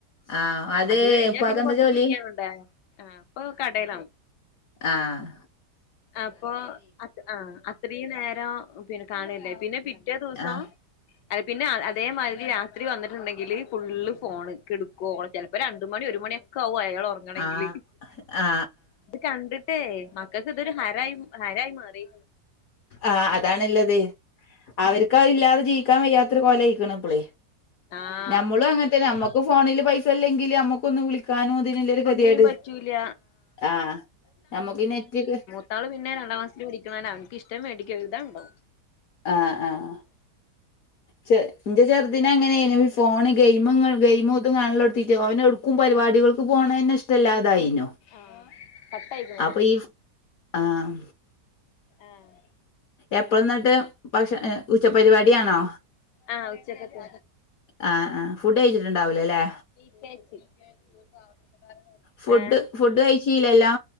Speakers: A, on the left (about 65°); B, on the left (about 80°).
A: ആ
B: അത് കഴിഞ്ഞാ
A: ഉപ്പാക്കെന്താ
B: പിന്നെ കൊറച്ച്
A: ജോലി?
B: ഫ്രീയാവണ്ടേ ആപ്പൊ കടലാണു
A: ആഹ്
B: അപ്പൊ ആത് ആഹ് അത്രയും നേരം പിന്നെ കാണല്ലേ പിന്നെ പിറ്റേ ദിസോം
A: ആ
B: അത് പിന്നെ അതെ അതേമാരി രാത്രി വന്നിട്ടുണ്ടെങ്കിൽ ഫുള് ഫോണ്ക്കെടുക്കുവോ ഓൻ ചെല പ്പ രണ്ട് മണി ഒരു മണിയൊക്കാവും അയാൾ ഒറങ്ങണെങ്കില്
A: ആ ആ ആ
B: അത് കണ്ട് ഏയ് മക്കക്ക് ഇതൊരു ഹരായി ഹരായി മാറി
A: ആഹ് അതാണുള്ളത് അവർക്കാ ഇല്ലാതെ ജീവിക്കാൻ വയ്യാത്തോരു കൊലയിക്കണ് ഇപ്പളേ
B: ആഹ്
A: നമ്മളും അങ്ങനത്തെന്നെ നമ്മുക്ക് ഫോണിൽ പൈസല്ലെങ്കില് നമ്മുക്കൊന്ന് വിളി ക്കാനും ആതില്ലില്ലോരു ഗതിഗെട്
B: ഒന്നിനും പറ്റൂല
A: ആഹ് നമ്മുക്ക് നെറ്റ്‌ക്ക്‌
B: ഇനാൾ പിന്നെ രണ്ടാംക്ലാസ്സിൽ പഠിക്കണന്നാ അവന്ക്ക് ഇഷ്ടം മേടിക്കഴുതാൻ ഉണ്ടാവും
A: ആഹ് ആഹ് ചെ എന്റെ ചെറുദിനെ അങ്ങനെരുന്നു ഫോണ് ഗെയിമിങ് ഗെയിമും ഇത്തുംആലോക്കിറ്റ്‌ ഓന് ക്കും പരിപാടികൾക്ക് പോണേന്നെ ഇഷ്ടല്ലാതായിനോ
B: ആഹ് കട്ടായിക്കണ്
A: ആപ്പ ഈ ആഹ്
B: ആഹ്
A: എപ്പ എന്നിട്ട് പക്ഷേ ഏഹ് ഉച്ചപരിപാടി ആണോ
B: ആഹ് ഉച്ചക്കത്തെ
A: ആഹ് ആഹ് ഫുഡ്ഴിച്ചിട്ടുണ്ടാവിലല്ലേ
B: റ്റിക്കെച്ചി റ്റിക്കെച്ചി ഒരു പാവപ്പെട്ടകാരനാണ്
A: ഫുഡ്
B: ഏഹ്
A: ഫുഡ് കഴിച്ചില്ലല്ലോ